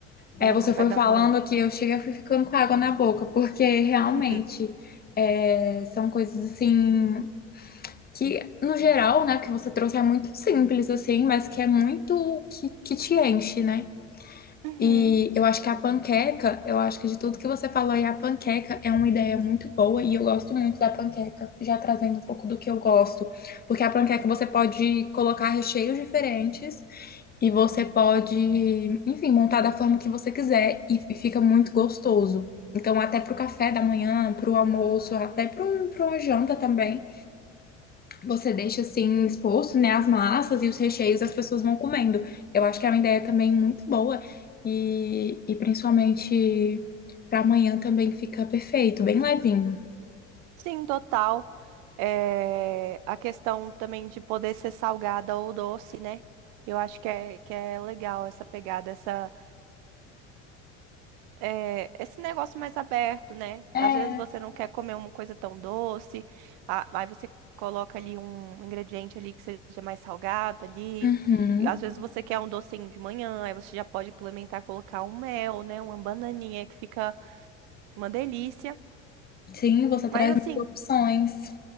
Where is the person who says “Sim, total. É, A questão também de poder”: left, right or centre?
Right